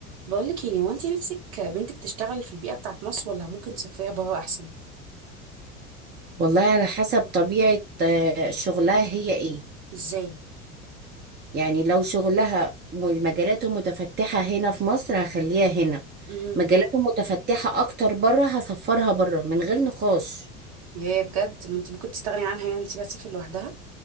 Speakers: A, on the right (about 55°); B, on the right (about 25°).
A: بقولك ايه هو انت نفسك بنتك تشتغل في البيئة بتاعت مصر ولا ممكن تسافريها برا احسن
B: والله على حسب طبيعة آه، شغلها هي ايه
A: ازاي
B: يعني لو شغلها م- مجالاته متفتحة هنا في مصر هخليها هنا
A: امم
B: مجالاته متفتحة اكتر بره هسفرها بره من غير نقاش
A: يا بجد ما انت ممكن تستغني عنها يعني تسيبها تسافر لوحدها